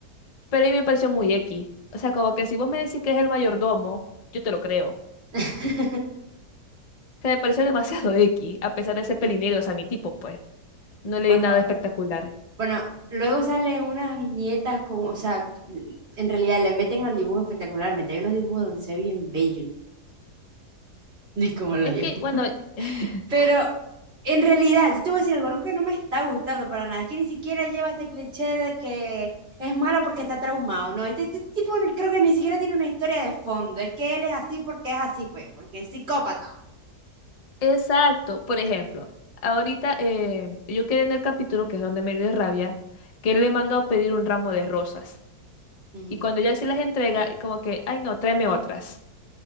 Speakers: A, on the left; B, on the right.
A: pero a mí me pareció muy X. O sea, como que si vos me decís que es el mayordomo, yo te lo creo.
B: <laughs>
A: O sea, me pareció <laughs> demasiado X, a pesar de ser pelinegro, o sea, mi tipo, pues, no le
B: Bueno.
A: di nada espectacular.
B: Bueno, luego salen unas viñetas con, o sea, en realidad le meten al dibujo espectacularmente. Hay unos dibujos donde se ve bien bello, ni cómo lo
A: Es
B: dio.
A: que,
B: <laughs>
A: bueno, <laughs>
B: Pero en realidad, yo te voy a decir algo, algo que no me está gustando para nada. Es que ni siquiera lleva este cliché de que es malo porque está traumado. No, este, este tipo no- creo que ni siquiera tiene una historia de fondo. Es que él es así porque es así, pues, porque es psicópata.
A: exacto, por ejemplo, ahorita eh, yo quedé en el capítulo, que es donde me dio rabia, que él le mandó a pedir un ramo de rosas.
B: Ujú,
A: Y cuando ya se las entrega, como que, ay no, tráeme otras.